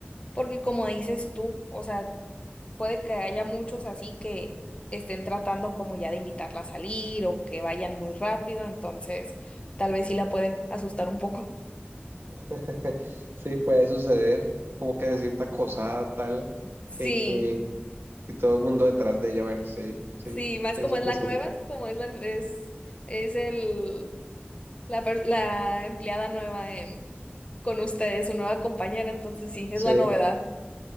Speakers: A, on the left (about 30°); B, on the right (about 70°).
A: porque como dices tú, o sea, puede que haya muchos así que estén tratando como ya de invitarla a salir o que vayan muy rápido, entonces tal vez sí la pueden asustar un poco. <laughs>
B: <laughs> Sí, puede suceder, como que se sienta acosada, tal,
A: Sí,
B: que, que, que todo el mundo detrás de ella. Bueno, sí, sí,
A: sí, más
B: pienso
A: como es
B: que
A: la
B: sí.
A: nueva, como es la, es, es el, la, per- la empleada nueva en, con ustedes, su nueva compañera, entonces sí,
B: Sí,
A: es la novedad.